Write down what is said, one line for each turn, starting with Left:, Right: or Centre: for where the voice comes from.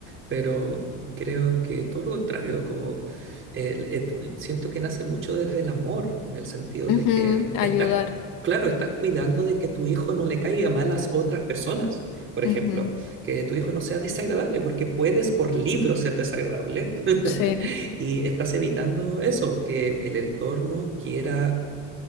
Right: pero creo que todo lo contrario, como el- et- siento que nace mucho desde el amor, en el sentido
Left: Ujú,
Right: de que
Left: ayudar.
Right: estás, claro, estás cuidando de que tu hijo no le caiga mal a las otras personas, por ejemplo,
Left: Ujú,
Right: que tu hijo no sea desagradable, porque puedes por libro ser desagradable <laughs>
Left: sí,
Right: y estás evitando eso, que el entorno quiera